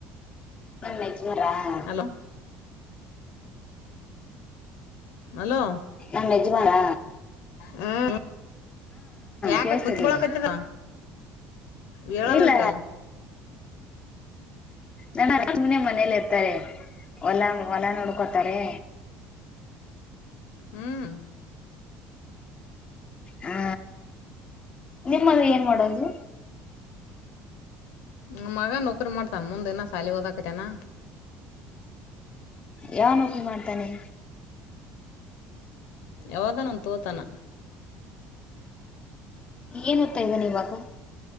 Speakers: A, on the left; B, on the left.
A: ನಿಮ್ ಯೆಜ್ಮಾನರ.
B: Hello hello.
A: ನಮ್ ಯೆಜ್ಮಾನರ.
B: ಹ್ಮ್ ಯಾಕ
A: ಕೇಳ್ಸ್ತಿದೆ
B: ಕೂತ್ಬಳಕತದ. ಹೇಳಾವಲ್ರಿ
A: ಇಲ್ಲ
B: ಅಲ್ಲ.
A: ನಮ್ ಯೆಜ್ಮಾನ್ರ ಮನೇಲಿ ಇರ್ತಾರೆ ಹೊಲ ಹೊಲ ನೋಡ್ಕೋತಾರೆ.
B: ಹ್ಮ್
A: ಹಾ ನಿಮ್ಮ ಮಗ ಏನ್ ಮಾಡೋದು.
B: ನಮ್ ಮಗ ನೌಕರಿ ಮಾಡ್ತಾನ ಮುಂದ ಇನ ಸಾಲಿ ಹಓದಕತನಾ.
A: ಯಾವ ನೌಕರಿ ಮಾಡ್ತಾನೆ.
B: ಯಾವದಾನ ಒಂದು ತಗೋತಾನ.
A: ಏನ್ ಓದ್ತಾ ಇದ್ದಾನೆ ಇವಾಗ.